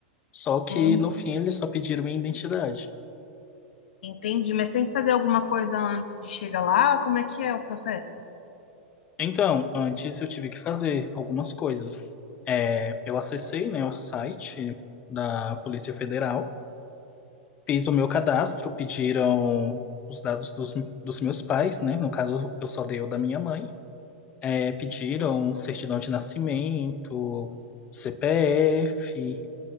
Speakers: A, on the left; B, on the left.
A: só que
B: Uhum.
A: no fim eles só pediram minha identidade.
B: Entendi, mas tem que fazer alguma coisa antes de chegar lá? Como é que é o processo?
A: Então, antes eu tive que fazer algumas coisas. É, eu acessei, né, o site da Polícia Federal, fiz o meu cadastro, pediram os dados dos, dos meus pais, né? No caso, eu só dei o da minha mãe. É, pediram
B: Uhum,
A: certidão de nascimento, CPF,